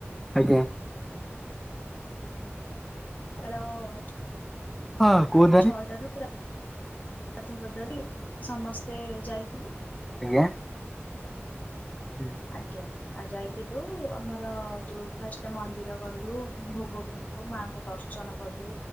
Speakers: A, in the centre; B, on the left.
A: ଆଜ୍ଞା।
B: ହ୍ୟାଳଓ।
A: ହଁ କୁଅ ଦେ
B: ଛଅଟାରୁ ପ୍ରାୟ ଗାଧ ଫାଧୁଆ ସାରି ସମସ୍ତେ ଯାଇଥିଲୁ।
A: ଆଜ୍ଞା। <inaudible>
B: ଆଜ୍ଞା ଆ ଯାଇଥିଲୁ ଆମର ଯୋଉ ଫାଷ୍ଟ ମନ୍ଦିର ଗଲୁ ଭୋଗ ଲୁ ମାଆଙ୍କୁ ଦର୍ଶନ କଲୁ।